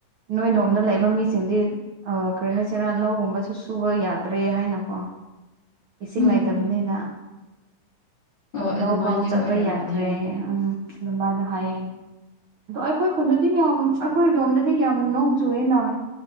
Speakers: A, on the right; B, on the left.
A: ꯅꯣꯏ ꯂꯣꯝꯗ ꯂꯩꯕ ꯃꯤꯁꯤꯡꯗꯤ꯫ ꯑ ꯀꯔꯤ ꯍꯥꯏꯁꯤꯔꯥ ꯂꯧꯒꯨꯝꯕꯁꯨ ꯁꯨꯕ ꯌꯥꯗ꯭ꯔꯦ ꯍꯥꯏꯅꯀꯣ꯫ ꯏꯁꯤꯡ
B: ꯎꯝ
A: ꯂꯩꯇꯕꯅꯤꯅ
B: ꯑꯣ ꯑꯗꯨꯃꯥꯏꯅꯗꯤ
A: ꯂꯧ ꯐꯥꯎ ꯆꯠꯄ
B: ꯑꯣꯏꯔꯝꯃꯅꯤ
A: ꯌꯥꯗ꯭ꯔꯦ ꯎꯝ ꯑꯗꯨꯃꯥꯏꯅ ꯍꯥꯏꯌꯦ ꯑꯗꯣ ꯑꯩꯈꯣꯏ ꯈꯨꯟꯗꯗꯤ ꯌꯥꯝ ꯑꯩꯈꯣꯏ ꯂꯣꯝꯗꯗꯤ ꯌꯥꯝ ꯅꯣꯡ ꯆꯨꯑꯦ ꯅꯥꯔ